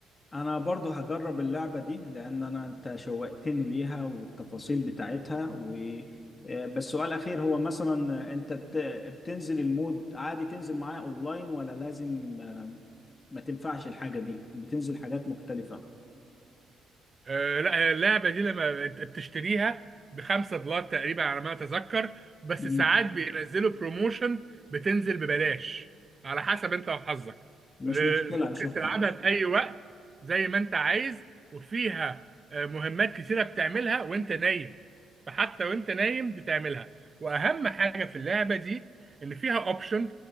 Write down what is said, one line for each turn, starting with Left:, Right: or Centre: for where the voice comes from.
Left: انا برضو هجرب اللعبة دي لان انا انت شوقتني ليها والتفاصيل بتاعتها و آه، بس سؤال اخير هو مثلا انت بت... بتنزل المود عادي تنزل معايا اونلاين ولا لازم آه، ما تنفعش الحاجة دي بتنزل حاجات مختلفة
Right: آه، لا هي اللعبه دي لما انت بتشتريها بخمسة دولار تقريبا على ما اتذكر بس
Left: مم.
Right: ساعات بينزلوا بروموشن بتنزل ببلاش على حسب انت وحظك
Left: مش
Right: ل-
Left: مشكلة
Right: ممكن
Left: اشوفها
Right: تلعبها في اي وقت زي ما انت عايز وفيها آه، مهمات كتيره بتعملها وانت نايم فحتى وانت نايم بتعملها واهم حاجه في اللعبه دي ان فيها اوبشن